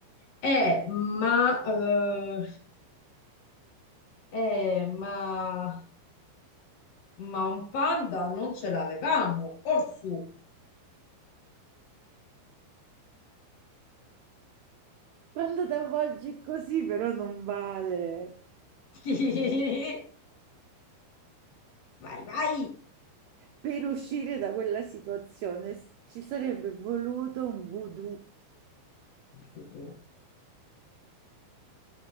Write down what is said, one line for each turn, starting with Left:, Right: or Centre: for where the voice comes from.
Left: Eh, ma eh, Eh, ma, ma un panda non ce l'avevamo, orsù.
Right: Quando ti avvolgi così però non vale.
Left: <laughs> Vai, vai.
Right: Per uscire da quella situazione s- ci sarebbe voluto un voodoo.
Left: Voodoo.